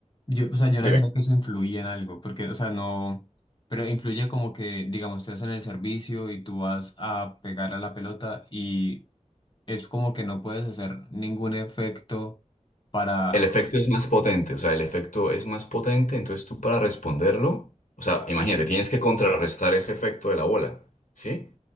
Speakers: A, on the left; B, on the left.
A: yo, o sea, yo
B: dime,
A: no sabía que eso influía en algo, porque, o sea, no, pero influye como que, digamos, te hacen el servicio y tú vas a pegar a la pelota y es como que no puedes hacer ningún efecto para
B: el efecto es más potente, o sea, el efecto es más potente, entonces tú para responderlo, o sea, imagínate, tienes que contrarrestar ese efecto de la bola, ¿sí?